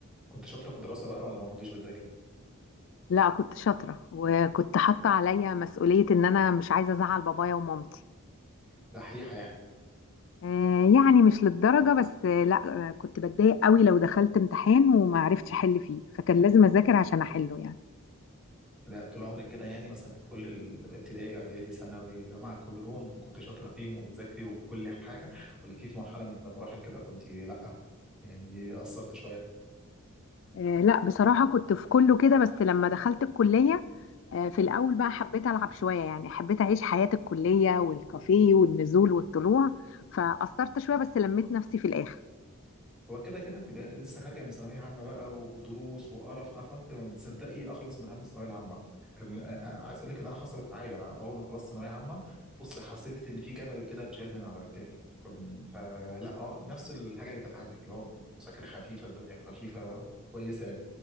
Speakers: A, in the centre; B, on the left.
A: كنت شاطرة في الدراسة بقى ولا ما كنتش بتذاكري؟
B: لا كنت شاطرة وكنت حاطة عليا مسؤولية ان انا مش عايزة ازعل بابايا ومامتي
A: دحيحة يعني
B: آه، يعني مش للدرجة بس آه، لا آه، كنت بتضايق قوي لو دخلت امتحان وما عرفتش احل فيه فكان لازم اذاكر عشان احله يعني
A: ده طول عمري كده يعني مثلا في كل الابتدائي اعدادي ثانوي جامعة كلهم كنت شاطرة فيهم وبتذاكري وكل حاجة ولا في في مرحلة من المراحل كده كنت لأ يعني قصرت شوية
B: آه، لا بصراحة كنت في كله كده بس لما دخلت الكلية آه، في الاول بقى حبيت العب شوية يعني حبيت اعيش حياة الكلية والكافيه والنزول والطلوع فقصرت شوية بس لميت نفسي في الاخر
A: هو كده كده بتبقى لسه خارجه من ثانويه عامه بقى ودروس وقرف عارفه انت لما بتصدقي اخلص من هم الثانويه العامه كان آه، آه، عايز اقول لك ان انا حصلت معايا انا اول ما خلصت ثانويه عامه بص حسيت ان في جبل كده اتشال من على كتافي كنت فلا آه، نفس الحاجه اللي كانت عندك اللي هو مذاكره خفيفه الدنيا خفيفه وكويسه يعني